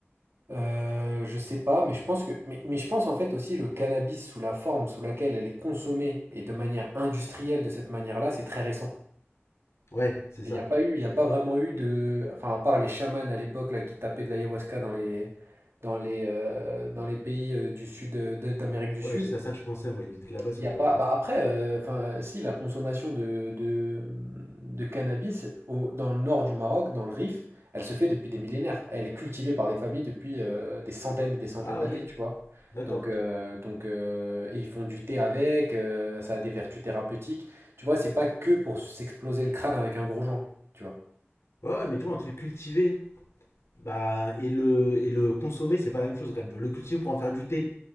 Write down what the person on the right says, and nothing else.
Euh, je sais pas, mais je pense que, mais, mais je pense en fait aussi le cannabis sous la forme sous laquelle elle est consommée et de manière industrielle de cette manière-là, c'est très récent.
Et il n'y a pas eu, il y a pas vraiment eu de, enfin à part les chamans à l'époque là qui tapaient de l'ayahuasca dans les, dans les, euh, dans les pays euh, du sud euh, de- d'Amérique du
Sud,
il
y a pas. Bah après, euh, enfin si la consommation de, de, de cannabis au- dans le nord du Maroc, dans le Rif, elle se fait depuis des millénaires. Elle est cultivée par des familles depuis euh, des centaines et des centaines
d'années,
tu vois.
Donc, euh, donc euh, et ils font du thé avec, euh, ça a des vertus thérapeutiques. Tu vois, c'est pas que pour s'exploser le crâne avec un gros joint, tu vois.